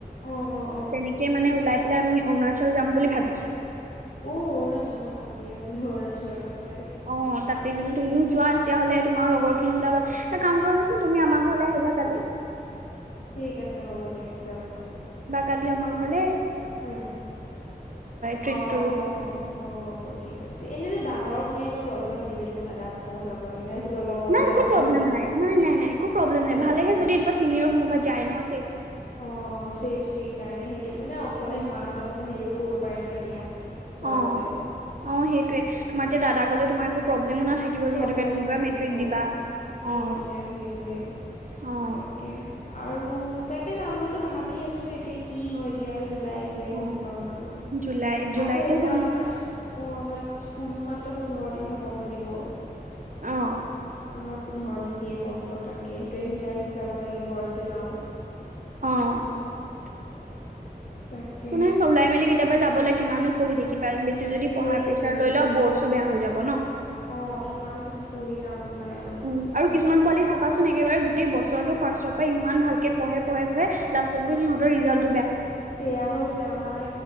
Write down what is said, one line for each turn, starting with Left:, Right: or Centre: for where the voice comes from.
Left: অ', অ', অ'।
Right: তেনেকে মানে ওলাই পলে আমি অৰুণাচল যাম বুলি ভাবিছো
Left: অ অৰুণাচল মই পাতিয় আছিলো অৰুণাচলৰ কথা ম থেই
Right: অ তাতে যদি তুমিও যোৱা তেতিয়াহলে তোমাৰ লগৰ খিনি ওলাবা এটা কাম কৰিবাচোন তুমি আমাৰ ঘৰলৈ আহিবা কালি
Left: ঠিক আছে হ'ব দিয়া যাম মই
Right: কালিয় মাংসলে
Left: উম
Right: ট্ৰিপটোৰ
Left: অ
Right: বিষয়ে
Left: অ হ'ব হ'ব ঠিক আছে এনেতো ডাঙৰক নিয়া কিবা প্ৰব্লেম আছে আ যদি মইাক কওঁ যাবলৈ নে লগৰে
Right: নাই
Left: যাম
Right: একো
Left: বুলি
Right: প্ৰব্লেম
Left: ভাবিছা?
Right: নাই নাই নাই নাই একো প্ৰব্লেম নাই
Left: অ'কে,
Right: ভালেহে যদি
Left: অ'কে।
Right: এা চিনিয়ৰ কোনোবা যায় ন
Left: অ চেফটিৰ কাৰণে সেইটো মানে অকলে
Right: অ
Left: মাহঁত অকমান হেৰি কৰিব পাৰে ন এতিয়া যাবলে।
Right: অ অ সেইটোৱে তোমাৰ এতিয়া দাদা
Left: উম,
Right: কলে তোমাৰ একো প্ৰব্লেমো নাথাকিব
Left: প্ৰব্লেম
Right: যিহেতুকে তুমিিবা
Left: নহ'ব।
Right: মেট্ৰিক দিবা অ
Left: য়েছ য়েছ সেইটোৱে
Right: অ
Left: তাকে আৰু তাকে যাম বুলিুলো ভাবি আছো এতিয়া কি হয়গে আৰু জুলাই আহিলেহে
Right: অ
Left: গম পাম আৰু
Right: জুলাই জুলাইতে
Left: আকৌ এইবাৰ
Right: যাম
Left: আমাৰ অঁ আমাৰ স্কুলো মাত্ৰ পোন্ধৰ দিনহে বন্ধ দিব।
Right: অ
Left: আমাৰ পোন্ধৰ দিন দিয়ে বন্ধ, তাকে সেইটোয়ে মিলাই মিলি যাব লাগিব আৰু যদি যাও।
Right: অ'
Left: তাকে
Right: কোনে বাৰু ওলাই মেলি কেতিয়াবা যাবলৈ কিমানো পঢ়ি থাকি কিবা বেছি যদি
Left: সেইটোৱে
Right: পঢ়াৰ প্ৰেছাৰ লৈ লওঁ, বৰ্ডছো বেয়া হৈ যাব। ব ন।
Left: অ' ইমানটোতো পঢ়ি লাভো নাই। আৰু
Right: উম আৰু কিছুমান পোৱালি চাবাচোন একেবাৰে গোটেই বছৰটো ফাৰ্ষ্টৰ পৰা ইমান ভালকে পঢ়ে পঢ়ে- পঢ়ে, লাষ্টত গৈ সিহঁতৰ ৰিজাল্ট
Left: বেয়া হৈ যায় আমাৰ